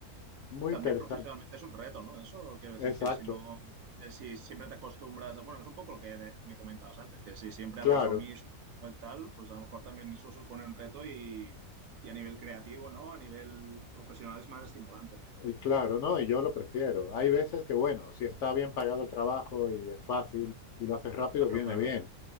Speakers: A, on the left (about 65°); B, on the right (about 70°).
A: muy
B: también
A: interesante.
B: profesionalmente es un reto, ¿no? Eso quiero decir
A: Exacto.
B: que si no, eh, si siempre te acostumbras, bueno, es un poco lo que de- me comentabas antes, que si siempre
A: Claro.
B: haces lo mismo y tal, pues a lo mejor también eso supone un reto y, y a nivel creativo, ¿no? A nivel profesional es más estimulante.
A: Y claro, no, y yo lo prefiero. Hay veces que, bueno, si está bien pagado el trabajo y es fácil y lo haces rápido,
B: Claro,
A: viene
B: claro,
A: bien.